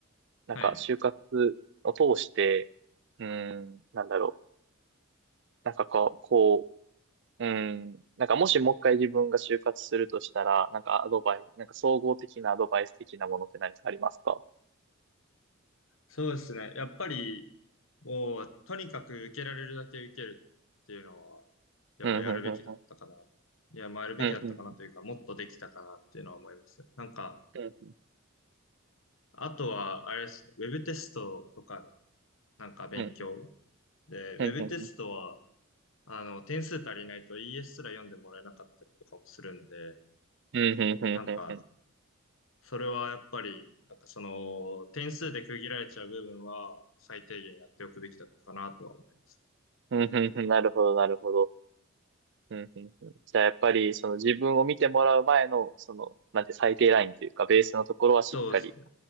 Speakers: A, on the right (about 55°); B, on the left (about 65°).
A: なんか就活
B: はい。
A: を通して、うーん、なんだろう。なんかこう、こう、うーん、なんかもしもう一回自分が就活するとしたら、なんかアドバイス、なんか総合的なアドバイス的なものって何かありますか
B: そうですね。やっぱり、もう、とにかく受けられるだけ受けるっていうのは、やっぱやるべきだったかな。
A: うん、うん、うん、うん。
B: いや、まあやるべきだったかなというか、
A: うんうん
B: もっとできたかなっていうのは思います。なんか、
A: うん、
B: あとは、あれですね、ウェブテストとかの、なんか勉強。
A: うん、
B: で、ウェブテストは、
A: うん、うん、うん、
B: あの、点数足りないと ES すら読んでもらえなかったりとかもするんで、
A: うん、うん、うん、
B: なんか、
A: うん、
B: それはやっぱり、なんかその、点数で区切られちゃう部分は、最低限やっておくべきだったかなとは思います。
A: うん、うん、なるほど、なるほど。うん、うん、うん。じゃあ、やっぱり、その自分を見てもらう前の、その、なんて最低ラインというか、ベースのところはしっかり。
B: そうですね。